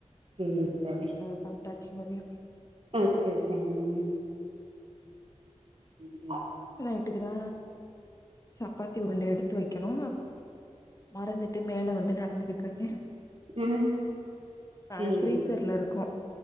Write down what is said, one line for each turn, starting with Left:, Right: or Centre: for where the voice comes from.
Right: சேரிதான
Left: அது சாப்ட்டாச்சு மதியோ
Right: ஓகே ஓகே <unintelligible> ம்
Left: நைட்டுக்குதா சப்பாத்தி உருண்ட எடுத்து வைக்கணு மறந்துட்டு மேல வந்து நடந்துகிட்ருக்கே
Right: ம்
Left: ஆ
Right: சேரி
Left: ஃப்ரீசர்ல இருக்கு